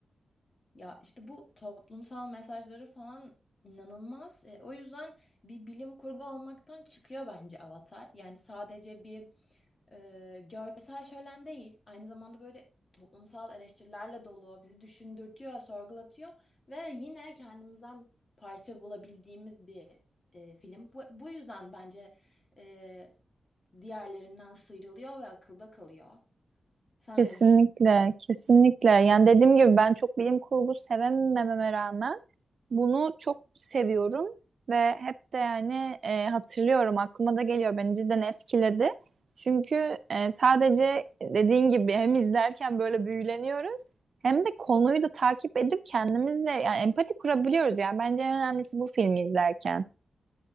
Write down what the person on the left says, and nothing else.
Ya işte bu toplumsal mesajları falan inanılmaz. E, o yüzden bir bilim kurgu olmaktan çıkıyor bence Avatar. Yani sadece bir Ee, görsel şölen değil, aynı zamanda böyle toplumsal eleştirilerle dolu, bizi düşündürtüyor, sorgulatıyor ve yine kendimizden parça bulabildiğimiz bir e, film. Bu, bu yüzden bence e, diğerlerinden sıyrılıyor ve akılda kalıyor. Sen
ne